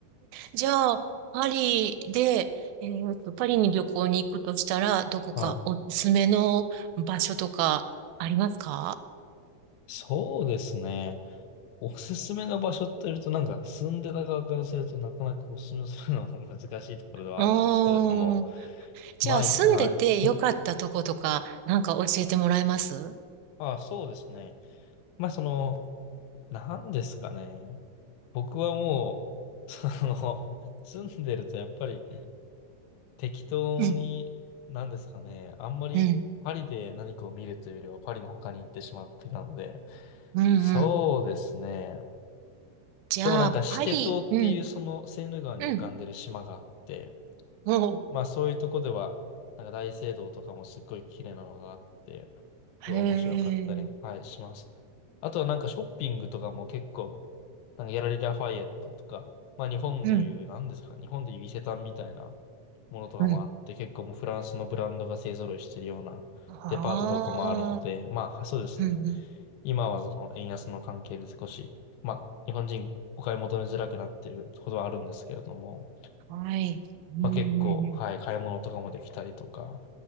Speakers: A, on the right; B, on the left.
A: じゃあ、パリで、えーと、パリに旅行に行くとしたら、どこかおすすめの場所とかありますか
B: はい。そうですね。おすすめの場所って言うと、なんか住んでた側からするとなかなかおすすめするのも難しいところではあるんですけれども、
A: ああー、じゃあ住んでてよかったとことか、
B: まあ、いはい。
A: なんか教えてもらえますう
B: ああ、そうですね。まあ、その、なんですかね。僕はもう、その、住んでるとやっぱり適当に、
A: ん、
B: なんですかね。あんまりパリで何かを見るというよりはパリの他に行ってしまっていたので、
A: うん、うん、
B: そうですね。
A: うん。じゃあ、
B: でもなんかシテ島っていうそのセーヌ川に浮かんでる島があって、
A: パリ、うん、うん、おう、
B: まあそういうとこでは、なんか大聖堂とかもすっごい綺麗なのがあって、すごい面白かったり、
A: へえ、
B: はい、します。あとはなんかショッピングとかも結構、なんかギャラリー・ラファイエットとか、まあ日本でいう、
A: うん、
B: なんですか、日本でいう伊勢丹みたいなものとかもあって、
A: うん。
B: 結構もうフランスのブランドが勢揃いしてるようなデパートとかもあるので、
A: ああ、
B: まあそうですね。
A: うん、うん、
B: 今はその円安の関係で少し、まあ、日本人お買い求めづらくなってることはあるんですけれども、
A: はい、うん、
B: まあ、結構、
A: うん、うん。
B: はい、買い物とかもできたりとか、